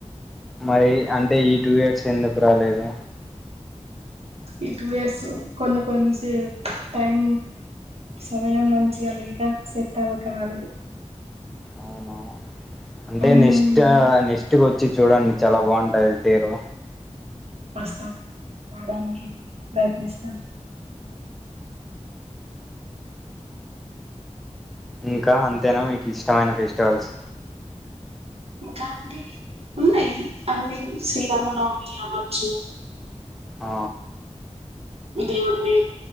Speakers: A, in the centre; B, on the right.
A: మరి అంటే ఈ టూ ఇయర్స్ ఎందుకు రాలేదు
B: ఈ టూ ఇయర్స్ కొన్ని కొన్ని సే టైం సమయం మంచిగ లేక సెట్ అవ్వక రాలేదు
A: అవునా అంటే
B: మ్మ్
A: నెక్స్ట్ అ ఇంటికి వచ్చి చూడండి చాలా బాగుంటది తీరు
B: వస్తాం రాడానికి ప్రయత్నిస్తాం
A: నీకా అంతేనా మీకు ఇష్టమైన ఫెస్టివల్స్
B: ఇంకా అంటే ఉన్నాయి అన్ని శ్రీరామనవమి అవచ్చు
A: ఆ
B: ఇదేమన్నా మీ